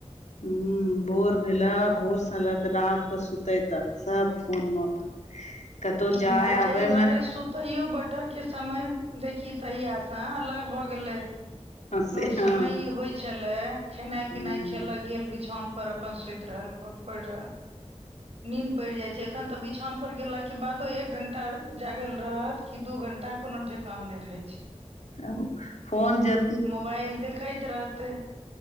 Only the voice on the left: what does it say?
हं भोर भेला, भोर से लऽ कऽ राति के सुते तक सब फोन मे अपन कतहु
जाय
आबे
मे
से
हँ
हूँ
तब फोन जे